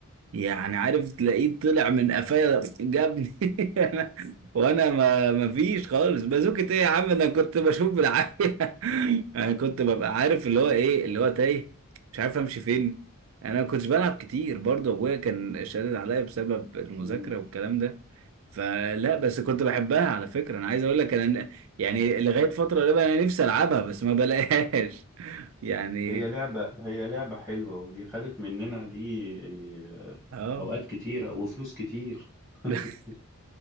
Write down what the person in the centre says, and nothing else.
مم.
هي لعبة هي لعبة حلوة ودي خدت مننا دي اه،
أوقات كتيرة وفلوس كتير <laughs>